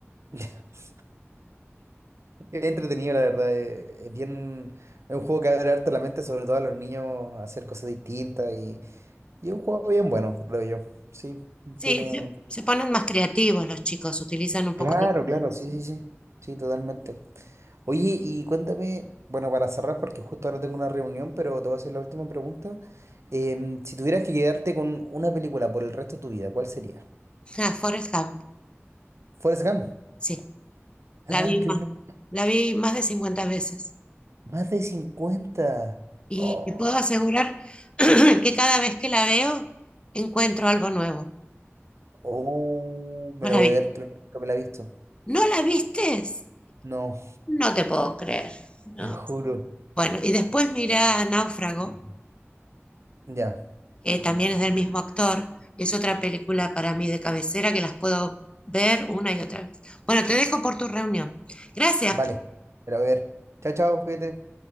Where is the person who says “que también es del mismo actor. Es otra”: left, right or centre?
Left